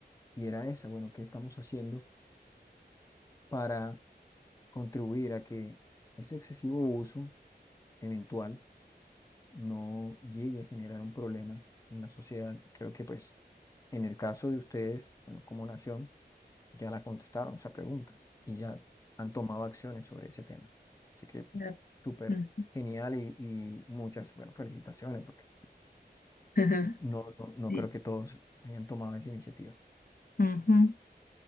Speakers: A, on the left (about 20°); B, on the left (about 55°).
A: y era esa, bueno, ¿qué estamos haciendo para contribuir a que ese excesivo uso eventual no llegue a generar un problema en la sociedad. Creo que pues en el caso de ustedes, bueno, como nación, ya la contestaron esa pregunta y ya han tomado acciones sobre ese tema. Así que
B: Claro.
A: súper
B: Mm.
A: genial y, y muchas, bueno, felicitaciones porque
B: Ajá.
A: <laughs> no, no, no
B: Sí.
A: creo que todos hayan tomado esa iniciativa.
B: Ujú.